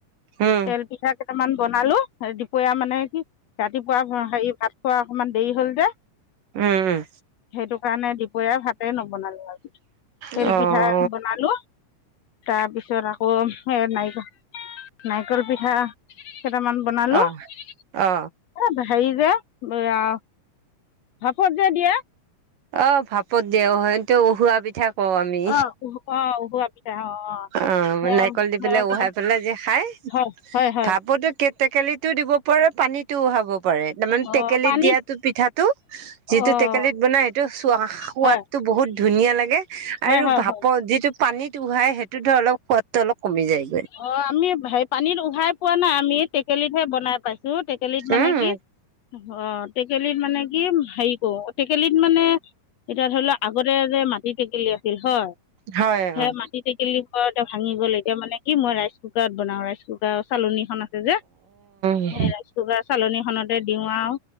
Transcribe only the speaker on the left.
তেল পিঠা টামান বনালো দুপৰীয়া মানে কি ৰাতিপুৱা হেৰি ভাত খোৱা অকণমান দেৰি হল যে
সেইটো কাৰণে দিপৰীয়া ভাতেই নবনালো আৰু। তেল
পিঠা বনালো। তাৰপিছত আকৌ এ নাৰিক নাৰিকল পিঠা। কেইটামান বনালো
এ
হেৰি যে এয়া ভাফত যে দিয়ে।
অ উহ- অ উহোৱা পিঠা অ অ
সেয়া
সেয়া
কেইটামান
হয় হয় হয়
অঁ
পানীত
অঁ
হয়
হয়
হয়
হয়
অ' আমি হ পানীত উহাই পোৱা নাই আমি টেকেলিতহে বনাই পাইছো। তোৰ টেকেলিত মানে
কি অ'। টেকেলিত মানে কি হেৰি কৰো টেকেলিত মানে এতিয়া ধৰি লও আগতে যে মাটি টেকেলি আছিল হয়।
সে
মাটি টেকেলি পৰা ভাঙি গ'ল এতিয়া মানে কি মই ৰাইচ কুকাৰত বনাও ৰাইচ কুকাৰৰ চালনী। আছে যে
সেই ৰাইচ কুকাৰ চালনীখনত তে দিও আৰু